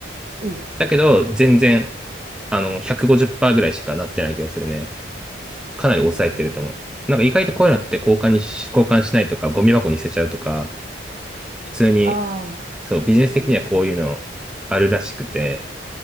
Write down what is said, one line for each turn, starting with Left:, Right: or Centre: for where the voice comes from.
Right: うん、そうだね。
Centre: だけど、全然、あの、150%ぐらいしかなってない気がするね。かなり抑えてると思う。
Right: へえ。
Centre: なんか意外とこういうのって交換にし、交換しないとか、ゴミ箱に捨てちゃうとか、普通に、
Right: ああ。
Centre: そう、ビジネス的にはこういうのあるらしくて、
Right: うんうん。